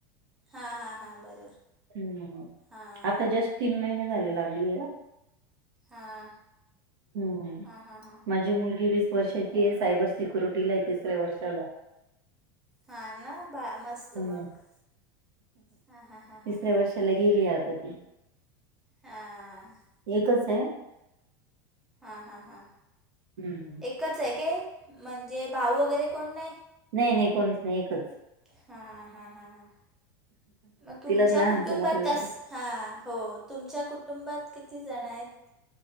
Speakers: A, in the centre; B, on the right (about 85°).
A: हा हा हा बरोबर.
B: हम्,
A: हां
B: आता जस्ट तीन महिने झाले लागलीय.
A: हां
B: हम्,
A: हां हां हां
B: माझी मुलगी वीस वर्षाची आहे सायबर सिक्युरिटीला आहे तिसऱ्या वर्षाला.
A: हा ना बा मस्त
B: हम्म.
A: मग. हां हां हां
B: तिसऱ्या
A: हां
B: वर्षाला गेली आता ती.
A: हा.
B: एकच आहे.
A: हा हा हा.
B: हम्म.
A: एकच ए के... म्हणजे... भाऊ वगैरे कोण नाई?
B: नाई नाई... कोणीच नाई... एकच.
A: हा... हा... हा... ह.... मग तुमच्या
B: तिलाच लहानचं
A: कुटुंबात
B: मोठे
A: अ? हां... हो... तुमच्या कुटुंबात किती जण हेत?